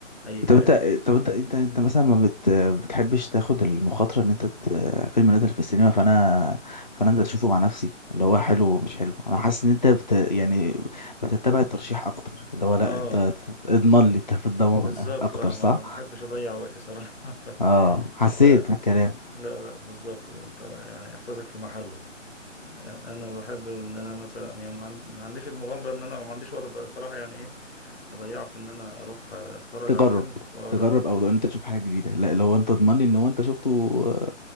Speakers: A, on the left; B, on the left.
A: أي كلام
B: طب انت طب انت انت انت مثلا ما بت... بتحبش تاخد المخاطرة ان انت ت... فيلم نزل في السينما فانا فانا انزل اشوفه مع نفسي اللي هو حلو ومش حلو انا حاسس ان انت بت... يعني بتتبع الترشيح اكتر اللي هو لا
A: آه
B: انت ت- اضمن لي انت في الضمان
A: بالظبط
B: اكتر
A: آه
B: صح؟
A: ما ما أحبش أضيع وقتي صراحة <laughs> ف...
B: اه حسيت
A: ف... لا
B: بالكلام
A: لا بالظبط أنت يعني إحساسك في محله أنا بحب إن أنا مثلا يعني ما عن- ما عنديش المغامرة إن أنا ما عنديش وقت صراحة يعني إيه اضيعه في ان انا اروح اتفرج
B: تجرب
A: على فيلم واجرب
B: تجرب او ان انت تشوف حاجه جديده لا لو انت تضمن لي ان هو انت شفته آه،